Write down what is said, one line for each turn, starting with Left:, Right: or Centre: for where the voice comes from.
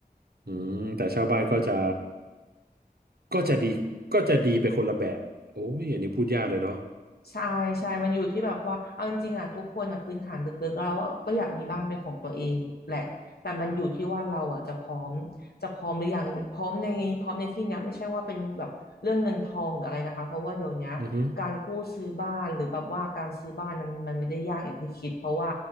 Right: อืมแต่เช่าบ้านก็จะก็จะดีก็จะดีไปคนละแบบโอ้ยอันนี้พูดยากเลยเนาะ
Left: ใช่ใช่ มันอยู่ที่แบบว่าเอาจริงๆอ่ะทุกคนอ่ะพื้นฐานลึกๆแล้วอะก็อยากมีบ้านเป็นของตัวเองแหละแต่มันอยู่ที่ว่าเราอ่ะจะพร้อมจะพร้อมหรือยังพร้อมในพร้อมในที่เนี้ยไม่ใช่ว่าเป็นแบบเรื่องเงินทองหรืออะไรนะคะเพราะว่าเดี๋ยวเนี้ยการกู้ซื้อบ้านหรือแบบว่าการซื้อบ้านมันมันไม่ได้ยากอย่างที่คิดเพราะว่า
Right: อือหือ